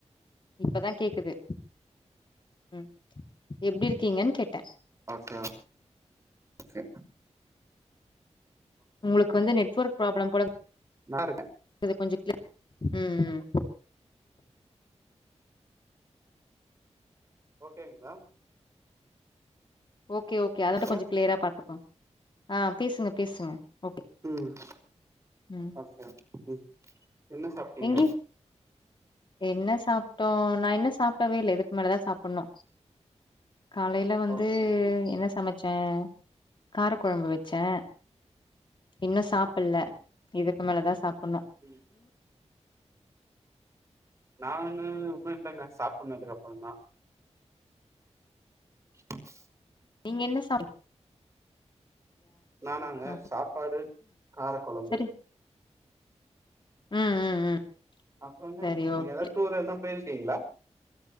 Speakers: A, on the left; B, on the right.
A: இப்பதா கேக்குது ம் எப்டி இருக்கீங்கன் கேட்ட
B: ஓகே ஓ கே
A: உங்களுக்கு வந்து நெட்வொர்க் ப்ராப்ளம் போல
B: நல்லாருக்கே
A: இது கொஞ்சோ க்ளி ம் ம்
B: ஓகேங்ளா
A: ஓகே ஓகே அதோட
B: இப்ப
A: கொஞ்சோ க்ளியரா பாத்துக்கோங் ஆ பேசுங்க பேசுங்க ஓகே
B: ம்
A: ம்
B: ஓகே ம் என்ன சாப்ட்டீங்க
A: எங்கி என்ன சாப்ட்டோ நா இன்னு சாப்டவே இல்ல இதுக்கு மேலதா சாப்பிணு காலையில வந்து
B: ஓகே ஓகே
A: என்ன சமச்சே கார கொழம்பு வச்சே இன்னு சாப்பில
B: ஓகே
A: இதுக்கு மேலதா சாப்புணு
B: ம் நானு இன்னு இல்லைங்க சாப்புட்னு இதுக்கப்புறோந்தா <inaudible>
A: நீங்க என்ன சாப்
B: நானாங்க
A: ஓகே
B: சாப்பாடு கார கொழம்பு
A: சரி ம் ம் ம்
B: அப்புறங்க
A: சரி
B: நீங்க
A: ஓகே
B: எதாவது டூர் எனா போயிருக்கீங்களா